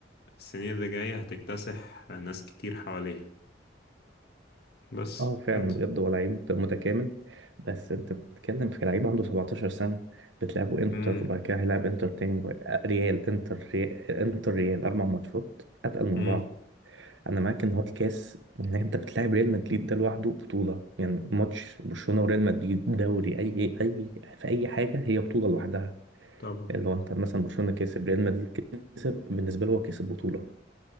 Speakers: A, on the left; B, on the right.
A: السنين اللي جاية هتكتسح ناس كتير حواليها بس
B: اه فعلا
A: انت
B: بجد هو لعيب متكامل بس انت بتتكلم في لعيب عنده 17 سنه بتلعبه انتر
A: امم
B: وبعد كده هيلعب انتر تاني وبعد- آه، ريال انتر ريال انتر ريال اربع ماتشات اتقل من
A: امم
B: بعض انا معاك ان هو الكاس ان انت بتلاعب ريال مدريد ده لوحده بطوله يعني ماتش برشلونه وريال مدريد دوري اي اي في اي حاجه هي بطوله لوحدها
A: طبعا
B: اللي هو انت مثلا برشلونه كسب ريال مدريد كسب بالنسبه له هو كسب بطوله